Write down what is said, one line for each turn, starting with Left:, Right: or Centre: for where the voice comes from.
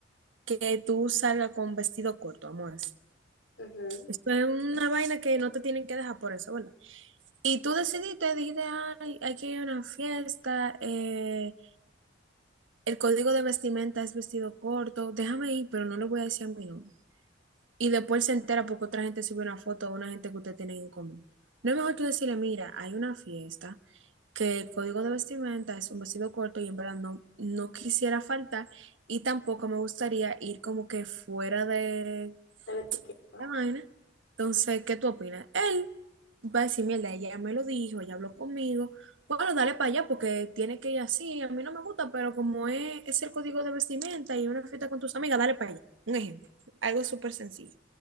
Right: que tú salgas con vestido corto, amor.
Left: Ujú,
Right: Esto es una vaina que no te tienen que dejar por eso, ¿verdad? Y tú decidiste, dijiste, ay, aquí hay que ir a una fiesta, eh, el código de vestimenta es vestido corto, déjame ir, pero no le voy a decir a mi novio. Y después se entera porque otra gente sube una foto a una gente que usted tiene en común. No es mejor tú decirle, mira, hay una fiesta, que el código de vestimenta es un vestido corto y en verdad no, no quisiera faltar y tampoco me gustaría ir como que fuera de
Left: Te la etiqueta.
Right: la vaina. Entonces, ¿qué tú opinas? Él va a decir, mierda, ella me lo dijo, ella habló conmigo. Bueno, dale para allá porque tiene que ir así. A mí no me gusta, pero como es, es el código de vestimenta y una fiesta con tus amigas, dale para allá. Un ejemplo, algo súper sencillo.